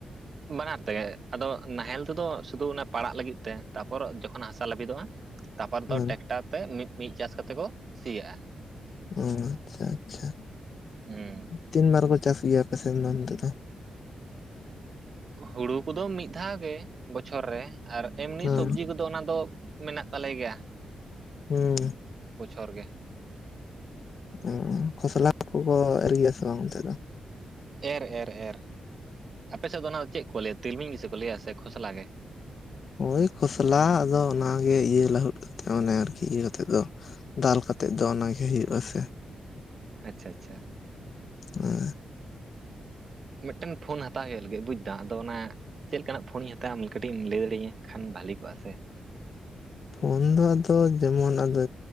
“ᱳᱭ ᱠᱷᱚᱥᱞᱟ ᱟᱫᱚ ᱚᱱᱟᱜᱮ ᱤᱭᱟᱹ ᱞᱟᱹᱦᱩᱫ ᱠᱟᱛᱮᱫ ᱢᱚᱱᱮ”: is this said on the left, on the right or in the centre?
Left